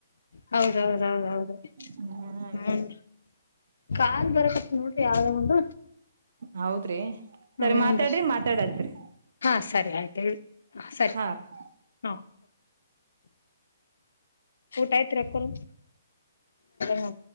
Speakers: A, on the left; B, on the right.
A: ಹೌದೌದೌದೌದು
B: ಹ್ಮ
A: ಹ್ಮ್ ಕಾಲ್ ಬರಕತ್ ನೋಡ್ರಿ ಯಾವ್ದ ಒಂದು
B: ಹೌದ್ರಿ ಸರಿ
A: ಹ್ಮನ್ರಿ
B: ಮಾತಾಡ್ರಿ ಮಾತಾಡತ್ರಿ
A: ಹಾ ಸರಿ ಆಯ್ತು ಹೇಳಿ ಹ ಸರಿ
B: ಹಾ ರೀ
A: ಹಾ ಊಟ ಆಯ್ತ್ ರಕ್ಕ ಹ